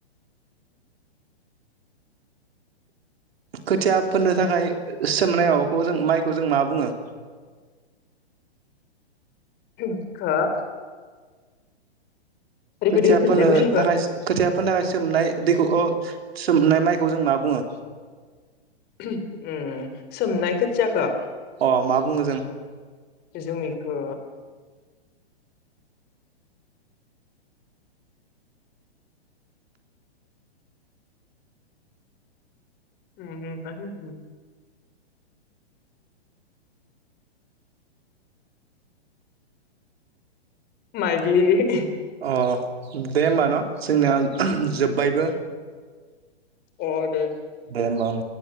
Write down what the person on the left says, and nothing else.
<unintelligible> रिपिट
होफिनलाय
कुइसनखौ
उम सोमनाय खोथियाखौ
जों इखो उम उम आरो माइलि।
अ दे।